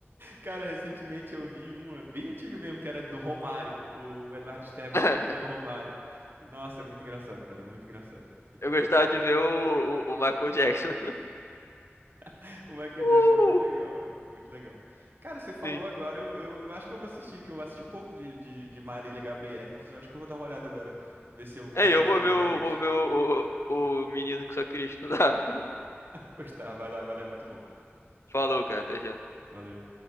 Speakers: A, on the right (about 50°); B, on the left (about 80°).
A: Cara, recentemente eu vi uma bem antiga mesmo, que era do Romário, o Eduardo Sterblitch
B: <laughs>
A: imitando o Romário. Nossa, é muito engraçado, cara, é muito engraçado. Eu
B: Eu gostava
A: dou-
B: de ver o, o, o Michael Jackson. <laughs>
A: <laughs> O Michael
B: Uh,
A: Jackson é muito legal, velho, é muito legal. Cara, você falou
B: sim.
A: agora, eu, eu, eu acho que eu vou assistir, que eu assisti um pouco de, de, de Marília Gabriel. Eu acho que eu vou dar uma olhada agora, ver se eu consigo
B: É, eu
A: achar
B: vou
A: na
B: ver
A: internet.
B: o, vou ver o, o, o menino que só queria estudar. <laughs>
A: Pois tá, vai lá, vai lá, é muito bom.
B: Falou, cara, até já.
A: Valeu.